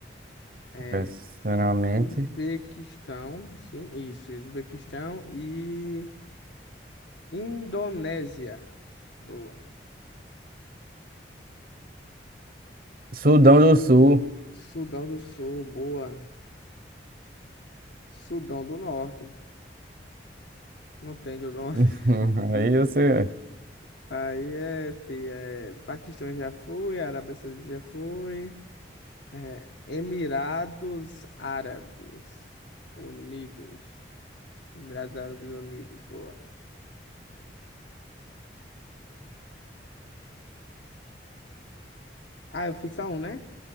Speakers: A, on the left (about 80°); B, on the right (about 50°).
A: É.
B: É, Sinceramente.
A: Uzbequistão, sim, isso. Uzbequistão e. Indonésia. Boa.
B: Sudão do Sul.
A: Sudão do Sul, boa. Sudão do Norte. Não tem do Norte.
B: <laughs>
A: <laughs>
B: Aí
A: Hum.
B: você.
A: Aí é, pi- é. Paquistão já fui, Arábia Saudita já fui. É, Emirados Árabes Unidos. Emirados Árabes Unidos, boa. Ah, eu fiz só um, né?